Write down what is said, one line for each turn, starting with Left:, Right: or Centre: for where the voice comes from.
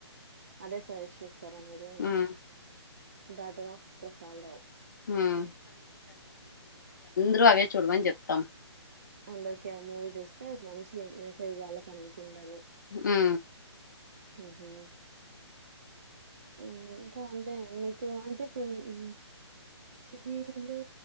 Right: అదే సజెస్ట్ చేస్తా తార మీరు
Left: ఉమ్
Right: డాటర్ ఆఫ్ ప్రసాద్ రావు
Left: ఉమ్ జు అవే చూడమని చెప్తాం
Right: అందరికి ఆ మూవీ చూస్తే మంచి మెసేజ్ వాళ్లకి అందుతుందని
Left: హు
Right: ఉహు హు ఇంకా అంటే మీకు అంటే ఇప్పుడు హు సిటీలు